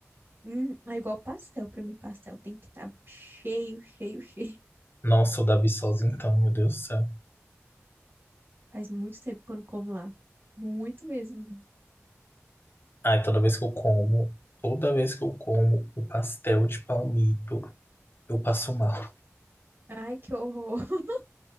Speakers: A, on the right; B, on the left.
A: Hum, é igual pastel pra mim, pastel tem que estar cheio, cheio, cheio.
B: Nossa, o da Viçosa, então, meu Deus do céu.
A: Faz muito tempo que eu não como lá. Muito mesmo.
B: Ai, toda vez que eu como, toda vez que eu como o pastel de palmito, eu passo mal.
A: Ai, que horror. <laughs>